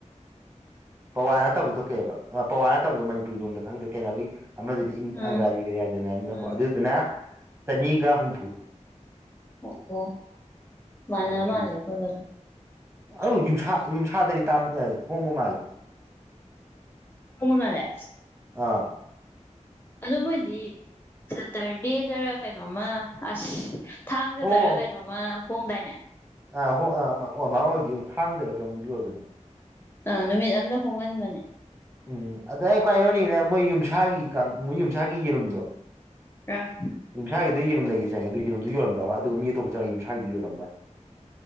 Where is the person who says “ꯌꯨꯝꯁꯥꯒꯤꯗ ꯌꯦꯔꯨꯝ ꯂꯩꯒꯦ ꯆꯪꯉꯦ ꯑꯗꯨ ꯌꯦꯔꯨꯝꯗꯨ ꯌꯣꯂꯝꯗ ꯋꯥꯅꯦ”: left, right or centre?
Right